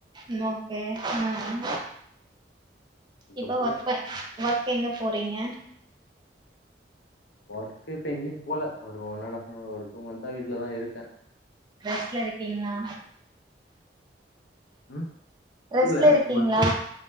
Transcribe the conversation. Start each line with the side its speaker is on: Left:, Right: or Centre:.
Right: ம் ஓகே ம்
Left: அதுக்கப்புறம்
Right: இப்ப ஒர்க் ப ஒர்க் எங்க போறீங்க
Left: ஒர்க்குக்கு எங்கேயும் போல ஒரு ஒன் அண்ட் ஹாஃப் ம ஒரு டூ மந்த்தா வீட்லதா இருக்க
Right: ரெஸ்ட்ல இருக்கீங்ளா
Left: ம்.
Right: ரெஸ்ட்ல
Left: இல்ல
Right: இருக்கீங்ளா
Left: ஒரு